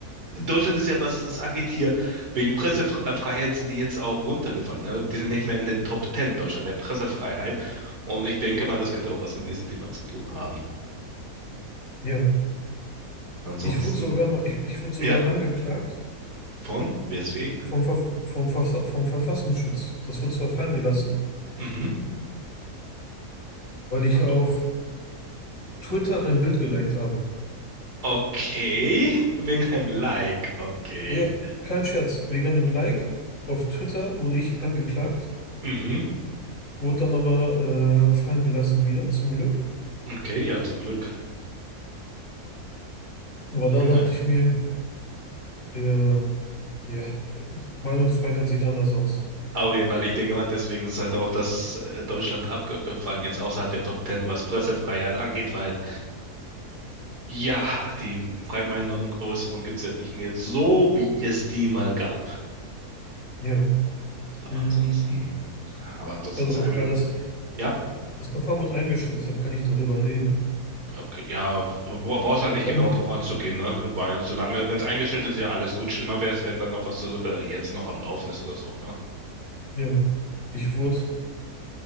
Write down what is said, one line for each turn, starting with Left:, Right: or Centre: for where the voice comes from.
Right: Deutschland ist ja, was das angeht, hier wegen Pressefreiheit sind die jetzt auch runtergefallen, ne? Die sind nicht mehr in den Top Ten Deutschland der Pressefreiheit und ich denke mal, das könnte auch was mit diesem Thema zu tun haben.
Left: Ja.
Right: Ansonsten,
Left: Ich wurde sogar mal, ich, ich wurde sogar
Right: ja,
Left: angeklagt
Right: von, weswegen?
Left: vom, Verf vom, Verfa vom Verfassungsschutz. Das wurde zwar fallen gelassen,
Right: Mhm.
Left: weil ich
Right: Aber.
Left: auf Twitter ein Bild geliked habe.
Right: Okay, <laughs> wegen einem Like. Okay.
Left: Ja, kein Scherz. Wegen einem Like auf Twitter wurde ich angeklagt,
Right: Mhm.
Left: wurde dann aber äh, fallen gelassen wieder, zum Glück.
Right: Okay, ja, zum Glück.
Left: Aber da
Right: Ne.
Left: dachte ich mir, ja, ja, Meinungsfreiheit sieht anders aus.
Right: Auf jeden Fall, ich denke mal, deswegen ist halt auch das äh, Deutschland abgefallen, jetzt außerhalb der Top Ten, was Pressefreiheit angeht, weil ja, die Freimeinung, Äußerung gibt es ja nicht mehr so, wie es die mal gab.
Left: Ja.
Right: Aber
Left: Mm,
Right: ansonsten, aber ansonsten
Left: Also,
Right: sagen
Left: wa-
Right: wir,
Left: weil das,
Right: ja,
Left: das Verfahren wurde eingestellt, deshalb kann ich darüber reden.
Right: okay, ja, bra- brauchst halt nicht
Left: Ich habe,
Right: genau drauf anzugehen, ne? Weil solange, wenn es eingestellt ist, ja alles gut. Schlimmer wäre es, wenn dann noch was so, äh, jetzt noch am Laufen ist oder so, ne?
Left: ja, ich wurde